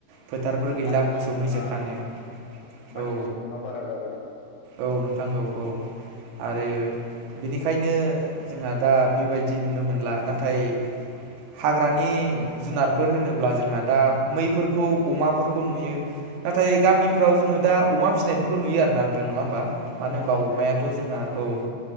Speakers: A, on the right (about 70°); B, on the left (about 65°).
A: फोथारफोर
B: दा
A: गैला
B: मानसि
A: मोसौ
B: सुबुङा,
A: मैसो खानो
B: मानसि
A: औ
B: सुबुङा बारा जाबाय।
A: औ नोंथां औ औ। आरो बेनिखायनो जोंहा दा बेबायदि नुनो मोन ला नाथाय हाग्रानि जुनारफोर होनोब्ला जोंहा दा मैफोरखौ अमाफोर खौ नुयो। नाथाय गामिफ्राव
B: उम
A: जोङो दा अमा फिसिनायफोरखौ नुयो आरोना नोंथां नङा होमबा? मानो
B: अमा
A: होनबा
B: फिनाय
A: अमायाथ'
B: जोङो
A: जोंहा औ।